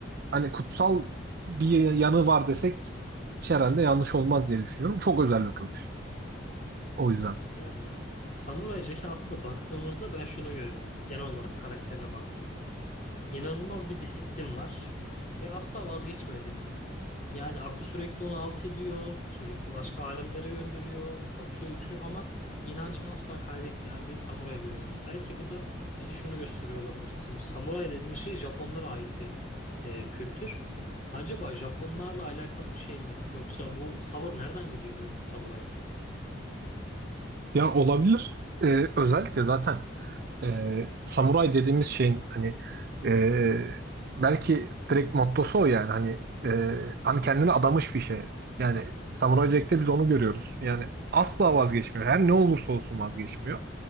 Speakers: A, on the right; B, on the left.
A: hani kutsal bir yanı var desek herhalde yanlış olmaz diye düşünüyorum. Çok özel bir kılıç. O yüzden.
B: Yani Samuray Jack'e aslında baktığımızda ben şunu görüyorum. Genel olarak karakterine baktığımda. İnanılmaz bir disiplin var ve asla vazgeçmiyor hedefinden. Yani Aku sürekli onu alt ediyor, sürekli başka alemlere gönderiyor, kaçıyor, uçuyor ama inancını asla kaybetmeyen bir samuray görüyoruz. Belki bu da bize şunu gösteriyor olabilir. Şimdi samuray dediğimiz şey Japonlara ait bir e, kültür. Acaba Japonlarla alakalı bir şey mi? Yoksa bu savır nereden geliyor bu samurayın?
A: Ya olabilir. E, özellikle zaten. Ee, samuray dediğimiz şeyin hani e, belki direkt mottosu o yani hani e, hani kendini adamış bir şey. Yani Samuray Jack'te biz onu görüyoruz. Yani asla vazgeçmiyor. Her ne olursa olsun vazgeçmiyor.